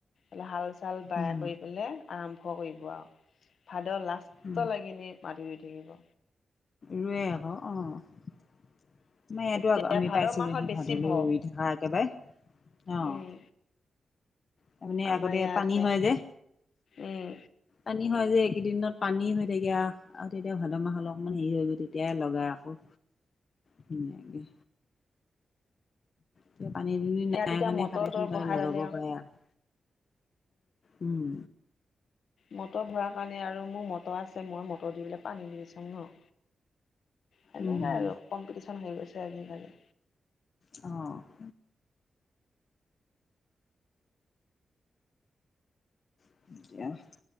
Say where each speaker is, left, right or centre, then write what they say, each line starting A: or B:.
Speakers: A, on the left; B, on the left.
A: এনে হাল চাল বাই
B: উম
A: কৰি পেলাই আৰম্ভ কৰিব আৰু ভাদৰ লাষ্টলৈ
B: উম
A: কিনি মাটি ধৰুই থাকিব।
B: ৰোৱে আকৌ অ'। তোমাৰ ইয়াতো
A: তেতিয়া
B: আকৌ আমি
A: ভাদ
B: পাইছিলো
A: মাহত
B: আহি
A: বেছি
B: ভাদলৈ
A: ভৰ
B: ৰুই থকা একেবাৰে অ'।
A: উম
B: তাৰমানে
A: আমাৰ
B: আগতে ইয়াত
A: ইয়াতহে
B: পানী হয় যে।
A: উম
B: পানী হয় যে এইকেইদিনত পানী হৈ থাকে আৰু। আৰু তেতিয়া ভাদ মাহ অলকপমান হেৰি হৈ গৈ তেতিয়াই লগাই আকৌ ধুনীয়াকে। এতিয়া পানী দুনী নাই
A: ইয়াত তেতিয়া
B: কাৰণে
A: মটৰ
B: সাহঁতে
A: তটৰ
B: সোনকালে
A: বহাই
B: লগাব
A: ললে
B: পাৰে আৰু। উম।
A: মটৰ ভৰাই কাৰণে আৰু মোৰ মটৰ আছে মই মটৰ দি পেলাই পানী দি চোং ন। হেনেকুৱাই
B: উম
A: আৰু কম্পিটিচন হৈ গৈছে আজিকালি।
B: অ'। <inaudible>